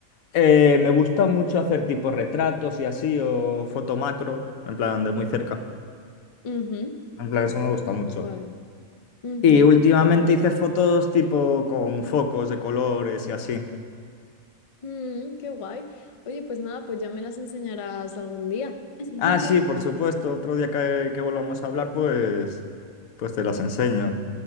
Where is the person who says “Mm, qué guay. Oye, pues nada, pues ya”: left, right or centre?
Left